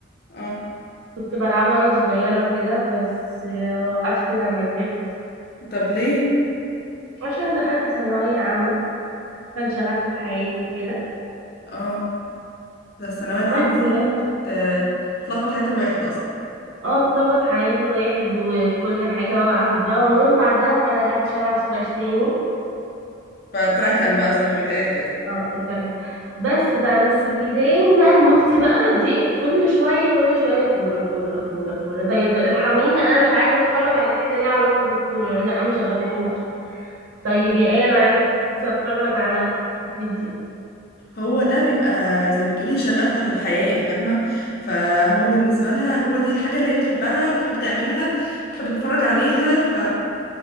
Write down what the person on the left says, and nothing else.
اه
طب ليه
اه ده الثانوية العامة
دي
بت... بتلخبط حياة الواحد أصلا
فتركن بقى زي ما بيتقال كده
هو ده بيبقى زي ما تقولي شغفها في الحياة فاهمة فهو بالنسبة لها هو دي الحاجة اللي هي بتحبها بتحب تعملها بتحب تتفرج عليها ف...